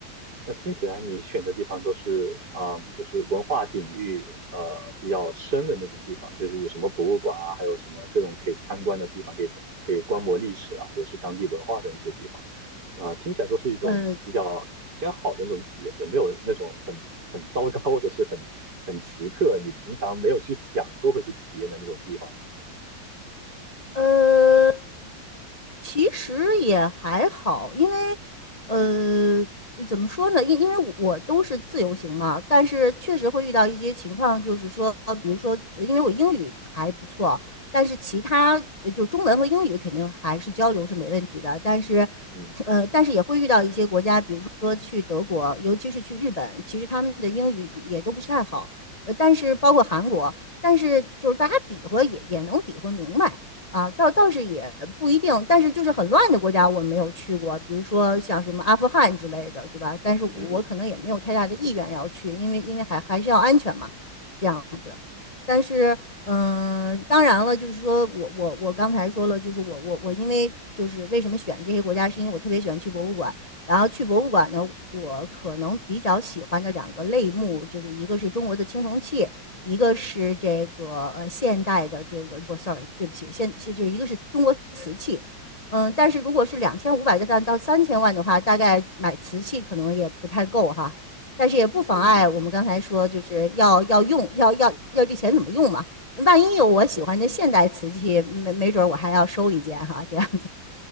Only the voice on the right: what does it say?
那听起来你选的地方都是，嗯，就是文化底蕴呃比较深的那种地方，就是有什么博物馆啊，还有什么各种可以参观的地方，可以可以观摩历史啊，或者是当地文化的一些地方，啊、听起来都是一种比较偏好的那种体验。
有没有那种很很糟糕或者是很很奇特，你平常没有去想过会去体验的那种地方呢？
嗯
嗯嗯嗯
嗯嗯，
<laughs> 啊，对。